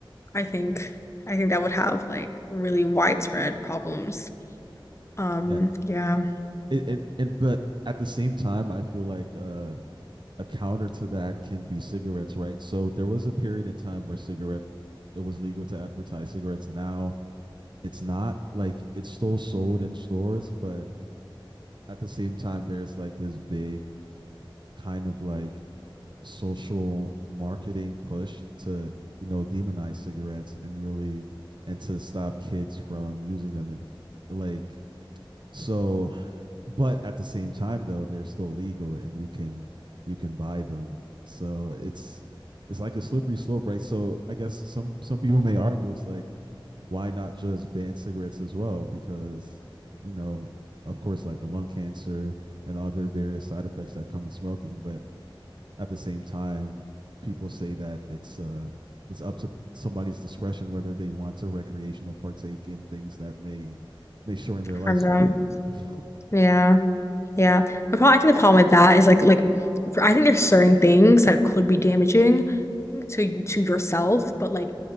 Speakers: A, on the left; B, on the right.
A: I think I think that would have like really widespread problems. Um,
B: yeah
A: yeah,
B: it, it, it but at the same time i feel like uh a counter to that can be cigarettes, right? So there was a period in time where cigarette it was legal to advertise cigarettes. Now it's not like it's still sold in stores, but at the same time, there's like this big kind of like social marketing push to, you know, demonize cigarettes and really and to stop kids from using them. And like so, but at the same time though, they're still legal and you can you can buy them. So it's it's like a slippery slope, right? So I guess some some people may argue it's like why not just ban cigarettes as well because you know of course like the lung cancer and other various side effects that come with smoking but at the same time, people say that it's uh it's up to somebody's discretion whether they want to recreational partake in things that may may shorten their lifespan.
A: from them.
B: <laughs>
A: Yeah. Yeah. The problem, I think the problem with that is like like for, I think there's certain things that could be damaging to you to yourself, but like